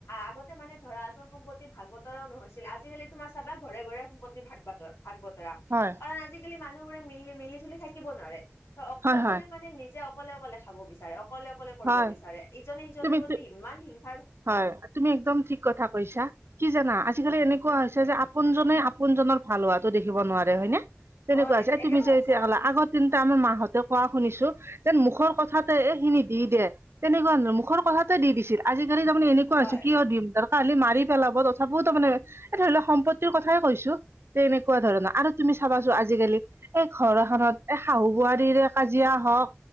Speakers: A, on the left; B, on the right.
A: আগতে মানে ধৰাটো সম্পত্তি ভাগ বতৰাও নহৈছিল আজিকালি তোমাৰ চাবা ঘৰে ঘৰে সম্পত্তি ভাগ বাতৰ ভাগ বতৰা কাৰণ
B: হয়
A: আজিকালি মানুহবোৰে মিল মিলি জুলি থাকিব নোৱাৰে ত
B: হয়
A: সকলোৱে
B: হয়
A: মানে নিজক অকলে অকলে খাব বিচাৰে অকলে অকলে কৰিব
B: হয়
A: বিচাৰে ইজনে সিজনৰ
B: তুমি
A: প্ৰতি ইমান হিংসা
B: হয় তুমি একদম ঠিক কথা কৈছা কি জানা আজিকালি এনেকুৱা হৈছে যে আপোনজনে আপোনজনৰ ভাল হোৱাতো দেখিব নোৱাৰে হয়নে তেনেকুৱা
A: হয়
B: হৈছে এ
A: একেবাৰে
B: তুমি যে
A: সঁচা
B: এতিয়া
A: কথা
B: কলা আগৰ দিনত আমাৰ মাহঁতে কোৱা শুনিছোঁ। যেন মুখৰ কথাতে এইখিনি দি দে তেনেকোৱা মুখৰ কথাতে দি দিছিল আজি- আজিকালি তাৰমানে এনেকুৱা
A: হয়।
B: হৈছে কিয় দিম খালি মাৰি পেলাব তথাপিওঁ তাৰ মানে এই ধৰি লক সম্পত্তিৰ কথাই কৈছোঁ। তেনেকোৱা ধৰণৰ আৰু তুমি চাবাচোন আজিকালি এই ঘৰ এখনত এই শাহু বোৱাৰীৰে কাজিয়া হওঁক